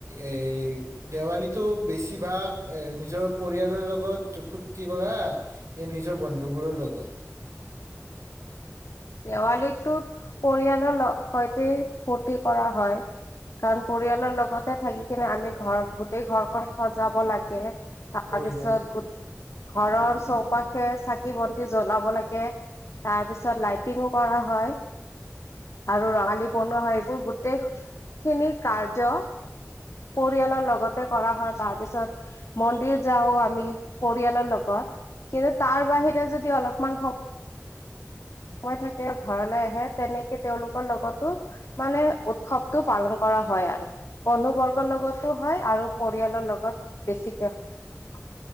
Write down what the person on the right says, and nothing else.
এ দেৱালীটো বেছিভাগ এ নিজৰ পৰিয়ালৰ লগত ফূুৰ্তি কৰা নিজৰ নিজৰ বন্ধুবোৰৰ লগত
হয় হয়